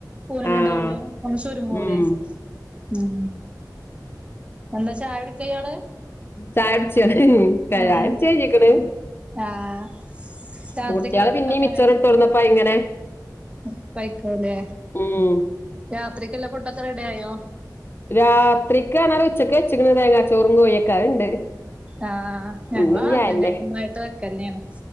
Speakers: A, on the right; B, on the left.
A: കൂനല്ണ്ടാവ്
B: ആഹ്
A: ലല്ലോ ഒന്ന് ചുരുങ്ങൂലേ
B: ഉം
A: ഉം എന്താ ച്ചായുടിക്കാ ഇയാള്
B: ചായ കുടിച്ചോ ചായ
A: ഏഹ്
B: കുടിച്ച് കയിഞ്ഞ്ക്ക്ണ്
A: ആഹ് രാത്രിക്കുള്ള
B: കുട്ട്യാള് പിന്നിം
A: ഫുഡൊക്കെ
B: മിച്ചറ്ട്ട് കൊടുന്നപ്പം അത് ഇങ്ങനെ
A: ഉപ്പായിക്കൂലേ
B: ഉം
A: രാത്രിക്ക്ള്ള ഫുഡൊക്കെ റെഡി ആയോ
B: രാത്രിക്ക് പറഞ്ഞാല് ഉച്ചക്ക് വെച്ച്ക്ക്ണ് തേങ്ങാ ചോറും കോയിയെക്കെ അത്ണ്ട്.
A: ആഹ് ഞങ്ങളും
B: ഇന്ന് ഇഞ്ഞ്
A: അങ്ങൻതന്നെ
B: അയന്നെ
A: ഒന്നായിട്ട് വെക്കലെന്നെയാണ്